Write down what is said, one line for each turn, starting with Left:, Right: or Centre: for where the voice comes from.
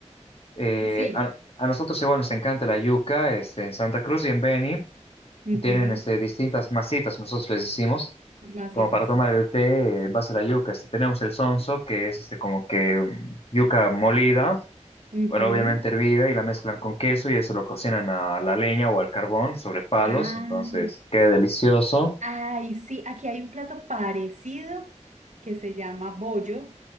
Left: eh,
Right: Y sí,
Left: a, a nosotros igual nos encanta la yuca. Este, en Santa Cruz y en Beni
Right: ujú,
Left: tienen este, distintas masitas, nosotros les decimos,
Right: masita,
Left: como para
Right: sí.
Left: tomar el té eh, en base a la yuca. Este, tenemos el sonso, que es este, como que mm, yuca molida
Right: ujú.
Left: pero obviamente hervida y la mezclan con queso y eso lo cocinan a la leña o al carbón sobre palos,
Right: Ah.
Left: entonces queda delicioso.
Right: Ay, sí, aquí hay un plato parecido que se llama bollo,